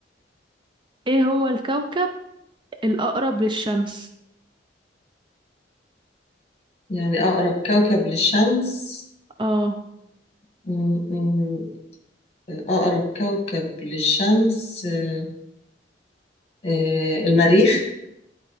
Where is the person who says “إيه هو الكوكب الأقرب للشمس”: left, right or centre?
Right